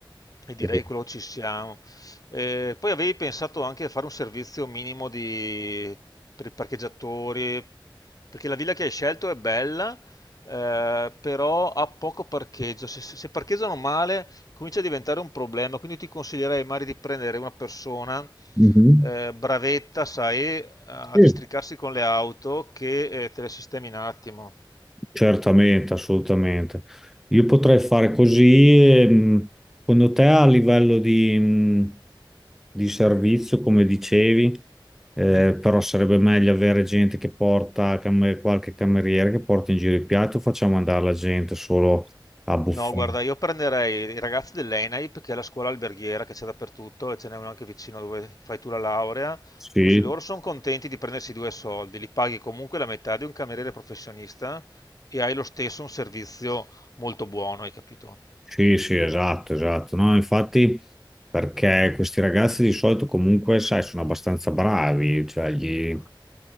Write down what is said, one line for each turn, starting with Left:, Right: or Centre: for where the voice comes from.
Left: E direi
Centre: Eh,
Left: che quello ci siamo. Eh, poi avevi pensato anche a fare un servizio minimo di- per i parcheggiatori, perché la villa che hai scelto è bella, eh, però ha poco parcheggio. Se, se- se parcheggiano male comincia a diventare un problema, quindi ti consiglierei magari di prendere una persona
Centre: mhm.
Left: eh, bravetta, sai, a
Centre: Sì,
Left: districarsi con le auto che eh, te le sistemi in un attimo.
Centre: certamente, assolutamente. Io potrei fare così, ehm, secondo te a livello di, mh, di servizio, come dicevi, eh, però sarebbe meglio avere gente che porta, cam- qualche cameriere che porta in giro i piatti o facciamo andare la gente solo a buffet?
Left: No, guarda, io prenderei i ragazzi dell'ENAIP, che è la scuola alberghiera che c'è dappertutto e ce n'è una anche vicino dove fai tu la laurea,
Centre: Sì,
Left: così loro sono contenti di prendersi due soldi, li paghi comunque la metà di un cameriere professionista e hai lo stesso un servizio molto buono, hai capito?
Centre: sì, sì, esatto, esatto. No, infatti, perché questi ragazzi di solito comunque, sai, sono abbastanza bravi, cioè gli,